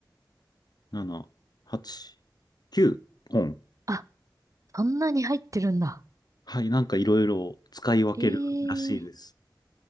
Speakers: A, on the left (about 60°); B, on the right (about 45°).
A: 7、8、9本。
B: あ、そんなに入ってるんだ。
A: はい、なんかいろいろ使い分けるらしいです。
B: ええ